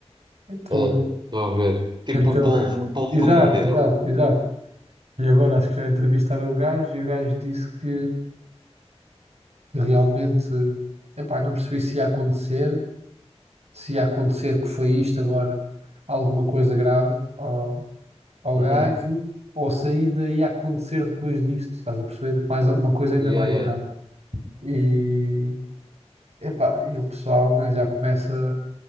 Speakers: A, on the right; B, on the right.
A: Então,
B: É, estou a ver. Tipo
A: então,
B: o povo,
A: <laughs>
B: o povo
A: exato,
B: do Mundial.
A: exato, exato. E agora acho que já entrevistaram o gajo e o gajo disse que, que realmente, epá, não percebi se ia acontecer, se ia acontecer que foi isto agora, alguma coisa grave ao, ao
B: Uhum.
A: gajo, ou se ainda ia acontecer depois disto, estás a perceber? Mais, uma coisa ainda
B: Yeah,
A: mais
B: yeah.
A: grave. E, epá, e o pessoal, né, já começa,